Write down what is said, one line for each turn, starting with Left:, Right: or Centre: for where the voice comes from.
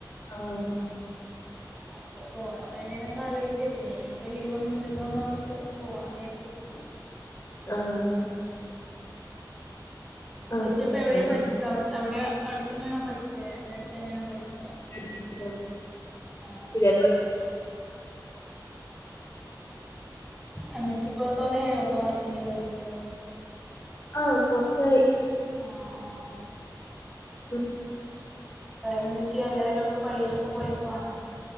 Left: ആഹ്
Centre: <inaudible> അപ്പൊ പോണോ വേണ്ടേന്നൊക്കെ ആലോചിച്ച് പിന്നെ ഇനിയിപ്പ ലീവൊന്നും ഇല്ലല്ലോന്ന് ഓർത്ത് പോവാന്ന് വിചാരിച്ചിരിക്കണു.
Left: ആഹ്. അപ്പം
Centre: ചേച്ചി ഇപ്പൊ എവിടെയാ പഠിച്ചത്? അവിടെ അവിടെ അടുത്തന്നെയാണോ പഠിച്ചെ? അവിടെ അടുത്ത് തന്നെയാണോ പഠിച്ചെ?
Left: <unintelligible>
Centre: ആ
Left: ഇതേപോലെ
Centre: എന്നിട്ട് ഇപ്പൊ കൊറ ആയോ ഇപ്പൊ വർക്കിന് കേയറിയിട്ട്.
Left: ആഹ് കൊറച്ചായി.
Centre: ആഹ് ആഹ്
Left: <inaudible>
Centre: വേറെ എന്തൊക്കെയാ എല്ലാരും ഇപ്പൊ പള്ളിയിലൊക്കെ പോയേക്കു ആണോ.